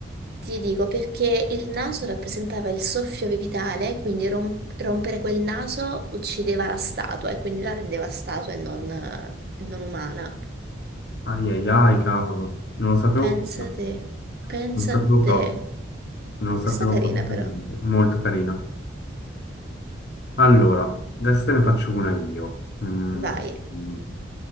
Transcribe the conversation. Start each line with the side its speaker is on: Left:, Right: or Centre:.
Right: Ti dico perché il naso rappresentava il soffio vitale, quindi rom- rompere quel naso uccideva la statua e quindi la rendeva statua e non, eh, non umana.
Left: Ai ai ai, cavolo. Non lo sapevo
Right: Pensa
Left: proprio.
Right: te, pensa
Left: Non lo sapevo proprio.
Right: te.
Left: Non lo sapevo
Right: Questa è carina
Left: proprio
Right: però.
Left: per niente. Molto carina. Allora, adesso te ne faccio una io. Mm,
Right: Vai.
Left: mm,